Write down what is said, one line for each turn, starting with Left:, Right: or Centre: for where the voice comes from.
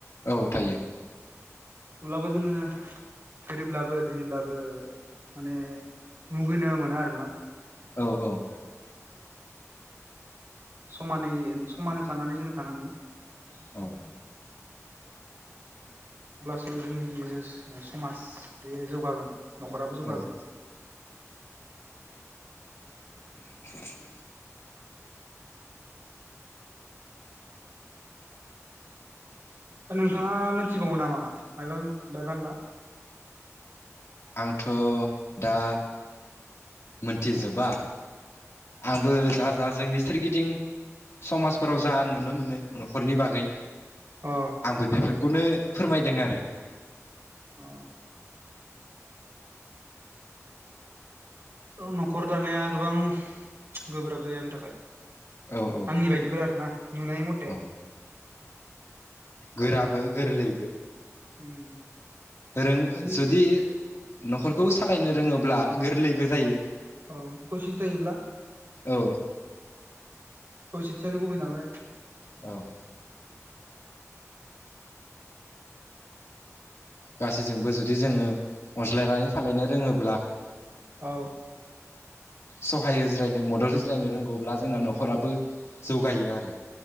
Left: औ थायो।
Right: थला ब जोङो। गोरिब्लाबो थोनिब्लाबो माने मुगैनो मोनो आरो ना।
Left: औ औ
Right: समानै समान हो सनानै जोंङ थानांगोन।
Left: औ
Right: अब्लासो जोंनि समाज बे जौगागोन नखराबो जौगागोन।
Left: औ <inaudible>
Right: दा नोंथाङा मिथिबावो नामा मबा बायबांला।
Left: आंथ दा। मोनथिजोबा आंबो जा जा जोंनि सोरगिदिं समाज। फोराव जा नुनो मोनो नखरनि बागै।
Right: अ
Left: आंबो बेफोरखौनो फोरमायदों आरो।
Right: अ औ नखर दानाया गोबां गोब्राब जायो आंनि थाखाय।
Left: औ औ
Right: आंनि बायदिबोला आरो ना नुनाय मथ
Left: औ गोराबो गोरलैबो।
Right: उम
Left: रों
Right: जि
Left: जुदि नखरखौ सालायनो रोङोब्ला गोरलैबो जायो।
Right: औ खौसेथि थायोब्ला
Left: औ
Right: खौसेथिानो गुबै नालाय।
Left: औ गासैजोंबो जुदि जोङो अनज्लायनानै सालायनो रोङोब्ला।
Right: औ
Left: सहाय होज्लायनो मदद होज्लायनो रोंगौब्ला जोंना नखराबो जौगायो आरो।